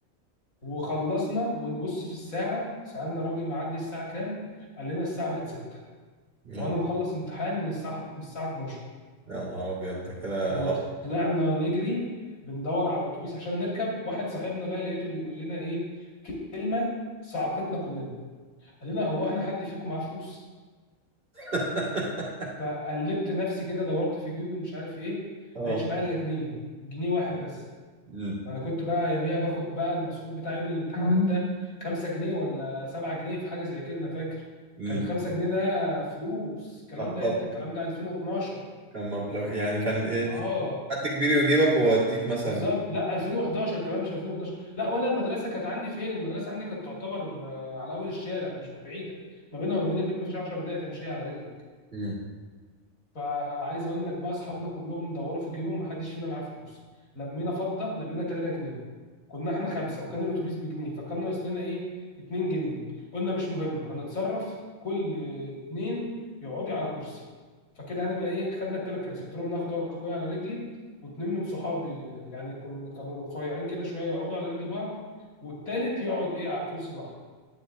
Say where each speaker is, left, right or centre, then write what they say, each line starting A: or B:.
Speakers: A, on the left; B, on the right.
A: وخلصنا ونبص في الساعه سالنا راجل معدي الساعه كام قال لنا الساعه بقت 6
B: يا
A: وانا مخلص امتحان من الساعه من الساعه 12
B: يا نهار ابيض ده كده
A: وطلعنا نجري بندور على اتوبيس عشان نركب واحد صاحبنا بقى لقيته بيقول لنا ايه كلمه صعقتنا كلنا قال لنا هو احنا حد فيكم معاه فلوس
B: <laughs>
A: فقلبت نفسي كده دورت في جيوبي مش عارف ايه
B: اه
A: لقيتش معايا الا جنيه جنيه واحد بس
B: مم.
A: وانا كنت بقى يوميها باخد بقى المصروف بتاعي يوم الامتحانات مم. ده خمسة جنيه ولا سبعة جنيه في حاجة زي كده انا فاكر
B: مم.
A: كان خمسة جنيه ده فلوس الكلام
B: لا طبعا
A: ده امتى الكلام ده 2012
B: كان مبلغ يعني كان ايه
A: اه
B: حد كبير يجيبك ويوديك مثلا
A: بالظبط لا 2011 كمان مش 2012 لا وانا المدرسه كانت عندي فين المدرسه عندي كانت تعتبر آه، على اول الشارع مش بعيده ما بينها وما بين البيت مفيش 10 دقائق تمشي على رجلك
B: مم.
A: فعايز اقول لك بقى اصحابنا كلهم دوروا في جيبهم محدش فينا معاه فلوس لمينا فضه لمينا 3 جنيه كنا احنا خمسه وكان الاتوبيس بجنيه فكان ناقص لنا ايه 2 جنيه قلنا مش مهم هنتصرف كل اتنين يقعدي على كرسي فكده هنبقى ايه خدنا الثلاث كراسي قلت لهم انا هاخد اخويا على رجلي واتنين من صحابي يعني كن- كانوا رفيعين كده شويه يقعدوا على رجل بعض والتالت يقعد ايه على كرسي لوحده